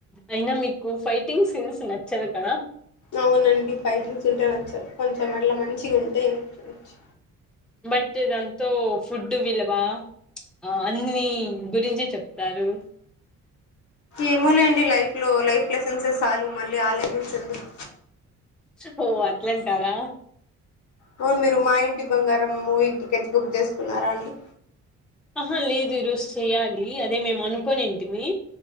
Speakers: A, in the centre; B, on the left.
A: అయినా మీకు ఫైటింగ్ సీన్స్ నచ్చదు కదా
B: అవునండి ఫైటింగ్స్ ఉంటే నచ్చదు కొంచెం అట్లా మంచిగా ఉంటే చూడొచ్చు
A: బట్ దాంతో ఫుడ్ విల్వ ఆ అన్ని గురించి చెప్తారు
B: ఏమో లేండి లైఫ్ లో లైఫ్ లెసెన్స్సే చాలు మళ్ళీ ఆ లెసన్స్ ఎందుకు
A: హో అట్లంటారా
B: అవును మీరు Maa Inti Bangaram movie tickets book చేసుకున్నారా అండి
A: ఆహా లేదు ఈ రోజు చెయ్యాలి అదే మేము అనుకోనింటిమి